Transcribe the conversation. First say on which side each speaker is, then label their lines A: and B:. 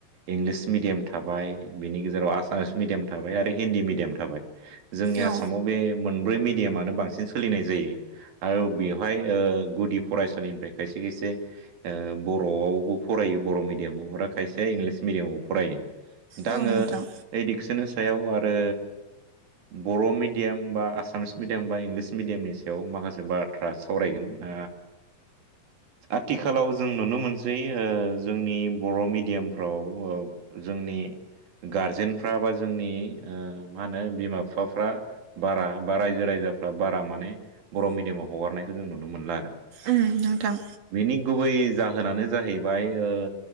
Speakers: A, on the right; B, on the right.
A: इंलिस मिडियाम थाबाय बेनि गेजेराव आसामिस मिडियाम थाबाय आ रो हिन्दी मिडियाम थाबाय जोंनि
B: औ
A: आसामाव बे मोनब्रै मिडियामानो बांसिन सोलिनाय जायो। आरो बेवहाय ओ गुदि फरायसालिनिफ्राय खायसे खायसे ओ बर'आवबो फरायो। बर' मिदियामाव हरा खायसे इंलिस मिडियामाव फरायो दा
B: औ
A: आङो
B: नोंथां
A: इदिकसन सायाव आरो बर' मिडियाम बा आसामिस मिडियाम बा इंलिस मिडियामनि सायाव माखासे बाथ्रा सावरायगोन ओ आथिखालाव जों नुनो मोनसै ओ जोंनि बर' मिडियामफ्राव ओ जोंनि गारजेनफ्रा बा जोंनि ओ मा होनो बिमा फिफाफ्रा बारा बा रायजो राजा फ्रा बारा माने बर' मिडियामाव हगारनायखौ जों नुनो मोनला आरो
B: उम नोंथां।
A: बेनि गुबै जाहोनानो जाहैबाय ओ